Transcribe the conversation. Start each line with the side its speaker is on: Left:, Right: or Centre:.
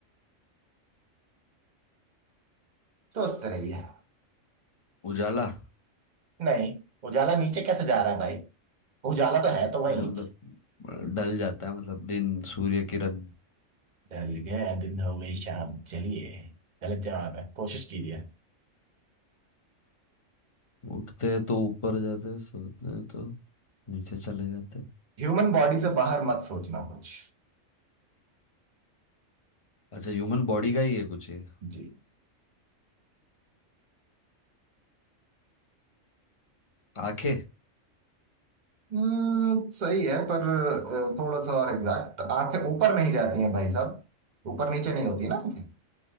Right: तो उस तरह ही है
Left: उजाला
Right: नहीं उजाला नीचे कैसे जा रहा है भाई उजाला तो है तो वही
Left: अरे मतलब अ, ढल जाता है मतलब दिन सूर्य किरण
Right: ढल गया दिन हो गई शाम चलिए गलत जवाब है कोशिश कीजिए
Left: उठते हैं तो ऊपर जाते हैं सोते हैं तो नीचे चले जाते हैं
Right: ह्यूमन बॉडी से बाहर मत सोचना कुछ
Left: अच्छा ह्यूमन बॉडी का ही है कुछ ये
Right: जी
Left: आंखें
Right: हम्म सही है पर अ, थोड़ा सा और एग्जैक्ट आंखें ऊपर नहीं जाती हैं भाई साहब ऊपर नीचे नहीं होती ना आंखें